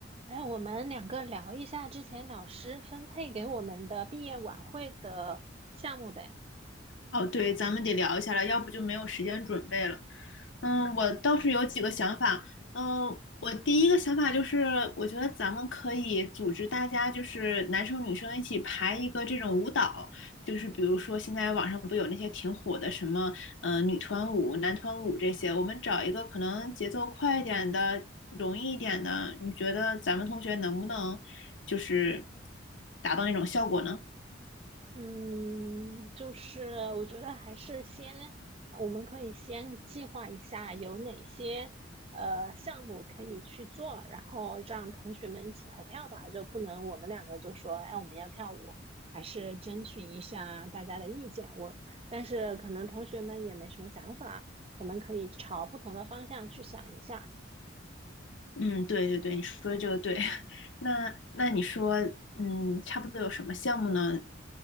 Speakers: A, on the right; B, on the left.
A: 哎，我们两个聊一下之前老师分配给我们的毕业晚会的项目呗。
B: 哦，对，咱们得聊一下了，要不就没有时间准备了。嗯，我倒是有几个想法。嗯，我第一个想法就是，我觉得咱们可以组织大家，就是男生女生一起排一个这种舞蹈，就是比如说现在网上不有那些挺火的什么，嗯、女团舞、男团舞这些，我们找一个可能节奏快一点的、容易一点的，你觉得咱们同学能不能就是达到那种效果呢？
A: 嗯，就是我觉得还是先，我们可以先计划一下有哪些呃项目可以去做，然后让同学们一起投票吧。就不能我们两个就说，哎，我们要跳舞，还是征询一下大家的意见。我，但是可能同学们也没什么想法，我们可以朝不同的方向去想一下。
B: 嗯，对对对，你说的这个对。<laughs> 那那你说，嗯，差不多有什么项目呢？